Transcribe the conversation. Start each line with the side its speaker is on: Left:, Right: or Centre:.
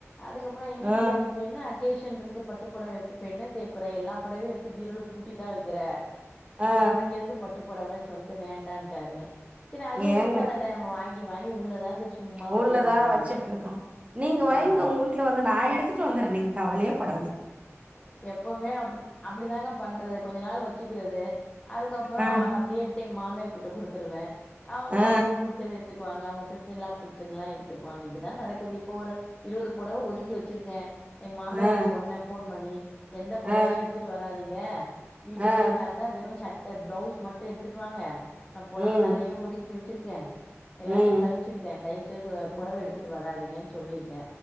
Left: அதுக்கப்றோ எ வீட்டுக்காரு
Right: ஆ ஆ
Left: இப் ப என்ன அகேஷன்ருக்கு பட்டுப் பொடவ எடுத்து இப்ப என்ன செய்யப்போற எல்லா பொடவயு எடுத்து பீரோல் பூட்டிதா வக்கிற அப்பறோ
Right: ஆ
Left: ஒனக்கு எதுக்கு பட்டுப்பொடவ சொல்ட்டு வேண்டான்ட்டாரு செரி அதுவு
Right: ஏங்க
Left: உண்ம தான நம்ம வாங்கி வாங்கி உள்ளதா அங்க சும்மா வச்சிருக்கே
Right: உள்ளதா
Left: நானு
Right: வச்சுட்டு இருக்கோ நீங்க வைங்க
Left: ஆமா
Right: உங்க
Left: அ
Right: வீட்ல வந்து நா எடுத்துட்டு வந்தறே நீங்க கவலையே படாதீங்
Left: எப்பொமே அப்டி அப்டிதாங்க பண்றது கொஞ்ச நாள் வ ச்சிக்கிறது அதுக்கப்றோ
Right: ஆ
Left: அத அப்டியே எடுத்து எங்க மாமியார்கிட்ட குடுத்துருவே அவுங்க
Right: ஆ
Left: அவுங்ளுக் புடிச்சத எடுத்துக்குவாங்க அவுங்க சிஸ்ட்ரின்லாக் புடிச்சதெல்லா எடுத்துக்குவாங்க இப்டிதா நடக்குது இப்ப ஒரு இருவது பொடவ ஒதுக்கி வெச்சிருக்கே எங் மாமியார்ட
Right: ஆ
Left: சொன்னே ஃபோன் பண்ணி எந்த பொடவயு
Right: ஆ ஆ
Left: எடுத்துட்டு வராதிங்க ட்டுக்கு
Right: ஆ
Left: வரதா இந்தா வெறு சட்ட பிளவுஸ் மட்டு எடுத்துட்டு வாங்க நா பொடவ
Right: ம்
Left: நெறைய ஒதுக்கி வச்சிருக்கே எல்லாத்தையு
Right: ம்
Left: கல ச்சிருக்கே தயவுசெய்து
Right: ம்
Left: பொடவ எடுத்துட்டு வராதீங்கன் சொல்லிருக்கே